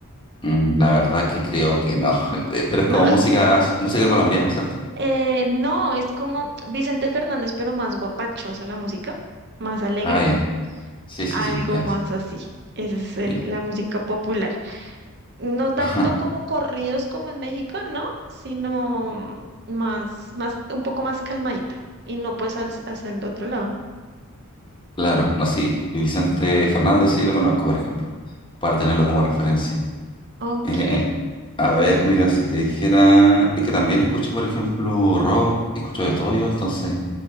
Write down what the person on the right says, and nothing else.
¿no?
<laughs>
Eh, no, es como Vicente Fernández, pero más guapachosa la música, más alegre.
algo
más así. Esa es el-
la música popular. No tanto
como corridos como en México, ¿no? Sino más, más, un poco más calmadita. Y no pues al- hacia el otro lado, ¿no?
Ok.